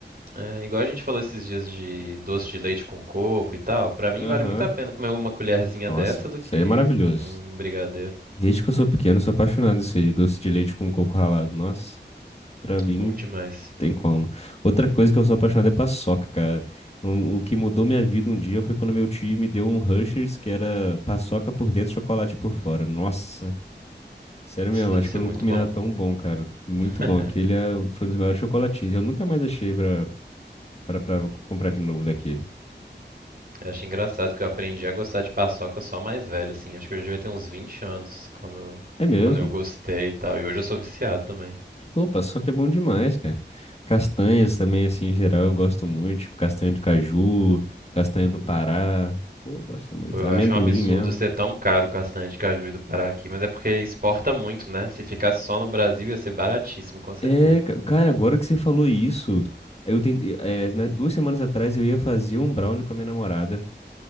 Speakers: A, on the right; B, on the left.
A: É, igual a gente falou esses dias de doce de leite com coco e tal. Pra mim
B: Aham.
A: vale muito a pena comer uma colherzinha
B: Nossa,
A: dessa do
B: isso
A: que
B: aí é maravilhoso.
A: um brigadeiro.
B: Desde que eu sou pequeno, eu sou apaixonado isso aí, doce de leite com coco ralado. Nossa, pra mim
A: Bom demais.
B: Tem como. Outra coisa que eu sou apaixonado é paçoca, cara. Um- o que mudou minha vida um dia foi quando meu tio me deu um Hershey's que era paçoca por dentro, chocolate por fora. Nossa, sério
A: Isso
B: mesmo,
A: deve
B: acho
A: ser
B: que eu
A: muito
B: não comi
A: bom.
B: nada tão bom, cara. Muito
A: <laughs>
B: bom. Aquele é- foi um dos melhores chocolatinhos. Eu nunca mais achei pra, pra, pra comprar de novo daquele.
A: eu acho engraçado que eu aprendi a gostar de paçoca só mais velho, assim. Acho que eu já devia ter uns 20 anos quando,
B: É mesmo.
A: quando eu gostei e tal. E hoje eu sou viciado também.
B: Pô, paçoca é bom demais, cara. Castanhas também, assim, em geral, eu gosto muito. Tipo, castanha do caju, castanha do Pará.
A: Uhum.
B: Pô, eu gosto muito.
A: Pô, eu
B: Amendoim
A: acho um absurdo
B: mesmo.
A: ser tão caro o castanha de caju do Pará aqui, mas é porque exporta muito, né? Se ficasse só no Brasil ia ser baratíssimo, com certeza.
B: É, ca- cara, agora que você falou isso, eu tentei, é, né, duas semanas atrás eu ia fazer um brownie com a minha namorada